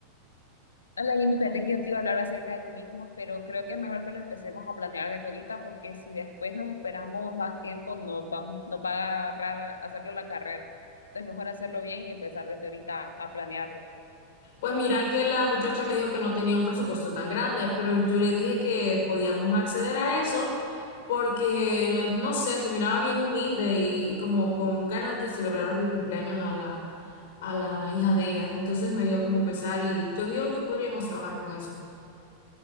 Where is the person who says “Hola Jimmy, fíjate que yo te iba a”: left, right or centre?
Left